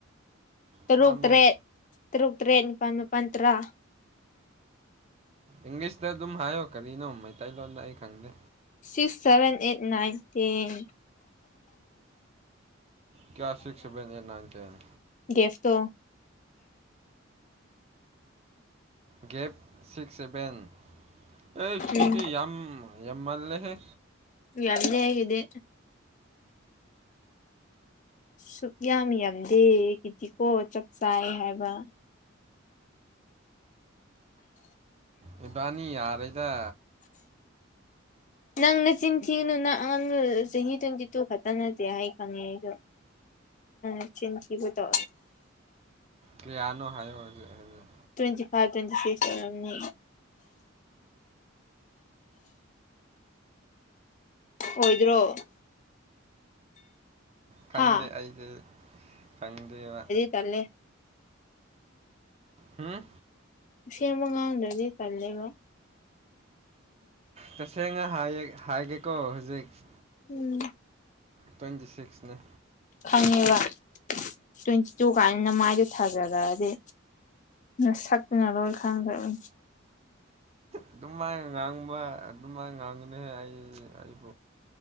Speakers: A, on the left (about 40°); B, on the right (about 30°).
A: ꯇꯔꯨꯛ
B: ꯇꯔꯥꯃꯨꯛ
A: ꯇꯔꯦꯠ ꯇꯔꯨꯛ ꯇꯔꯦꯠ ꯅꯤꯄꯥꯜ ꯃꯄꯜ ꯇꯔꯥ
B: ꯏꯪꯂꯤꯁꯇ ꯑꯗꯨꯝ ꯍꯥꯏꯌꯣ ꯀꯔꯤꯅꯣ ꯃꯩꯇꯩꯂꯣꯟꯗ ꯑꯩ ꯈꯪꯗꯦ
A: six seven eight nine ten
B: ꯀꯌꯥ ꯁꯤꯦꯛꯁꯕꯦꯟꯅ ꯌꯦꯅꯥꯟꯇꯅ
A: ꯦꯐꯇꯣ
B: ꯒꯦꯞ ꯁꯤꯛꯁ ꯁꯚꯦꯟ ꯑꯦ ꯁꯤꯗꯤ
A: ꯎꯝ
B: ꯌꯥꯝ ꯌꯥꯝ ꯃꯥꯜꯂꯦꯍꯦ
A: ꯌꯥꯔꯗꯦ ꯍꯦꯒꯗꯤ ꯁꯨꯛ ꯌꯥꯝ ꯌꯥꯝꯗꯦ ꯀꯤꯗꯤꯀꯣ ꯆꯥꯛ ꯆꯥꯏ ꯍꯥꯏꯕ
B: ꯑꯦꯕꯥꯅꯤ ꯑꯔꯩꯗ
A: ꯅꯪꯅ ꯆꯤꯟ ꯊꯤꯅꯨ ꯅꯪ ꯑꯉꯥꯡ ꯆꯍꯤ ꯇ꯭ꯋꯦꯟꯇꯤ ꯇꯨ ꯈꯛꯇ ꯅꯠꯇꯦ ꯑꯩ ꯈꯪꯉꯦ ꯑꯩꯗꯣ ꯎ ꯆꯤꯟꯊꯤꯕ ꯇ
B: ꯀꯌꯥꯅꯣ ꯍꯥꯏꯌꯣ ꯍꯧꯖꯤꯛ ꯍꯧꯖꯤꯛ
A: ꯇ꯭ꯋꯦꯟꯇꯤ ꯐꯥꯏꯚ ꯇ꯭ꯋꯦꯟꯇꯤ ꯁꯤꯛꯁ ꯑꯣꯏꯔꯝꯅꯤ ꯑꯣꯏꯣꯏꯗ꯭ꯔꯣ
B: ꯈꯪꯗꯦ
A: ꯍꯥ
B: ꯑꯩꯁꯦ ꯈꯪꯗꯦꯕ
A: ꯆꯂꯦ
B: ꯍꯨꯝ
A: ꯁꯦꯝꯃ ꯉꯥꯡꯗ꯭ꯔꯗꯤ ꯆꯜꯂꯦꯕ
B: ꯇꯁꯦꯡꯅ ꯍꯥꯏ ꯍꯥꯏꯒꯦꯀꯣ ꯍꯧꯖꯤꯛ
A: ꯎꯝ
B: ꯇ꯭ꯋꯦꯟꯇꯤ ꯁꯤꯛꯁꯅꯦ
A: ꯈꯪꯉꯦꯕ ꯇ꯭ꯋꯦꯟꯇꯤ ꯇꯨ ꯀꯥꯏꯗꯅ ꯃꯥꯏꯗ ꯊꯥꯖꯔꯛꯑꯗꯤ ꯅ ꯁꯛꯇꯅꯔꯣꯏ ꯈꯪꯗ꯭ꯔꯅꯤ
B: ꯑꯗꯨꯃꯥꯏꯅ ꯉꯥꯡꯕ ꯑꯗꯨꯃꯥꯏꯅ ꯉꯥꯡꯒꯅꯤꯍ ꯑꯩ